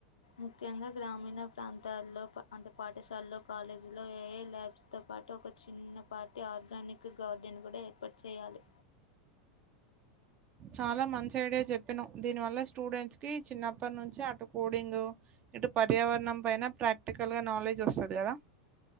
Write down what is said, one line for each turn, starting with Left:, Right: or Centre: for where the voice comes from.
Left: ముఖ్యంగా గ్రామీణ ప్రాంతాల్లో అంటే పాఠశాలల్లో కాలేజీ లో ఏఐ ల్యాబ్స్ తో పాటు ఒక చిన్నపాటి ఆర్గానిక్ గార్డెన్ కూడా ఏర్పాటు చేయాలి
Right: చాలా మంచి ఐడియా చెప్పినవ్ దీని వల్ల స్టూడెంట్స్ కి చిన్నప్పటి నుంచి అటు కోడింగ్ ఇటు పర్యావరణం పైన ప్రాక్టికల్ గా నాలెడ్జ్ వస్తది కదా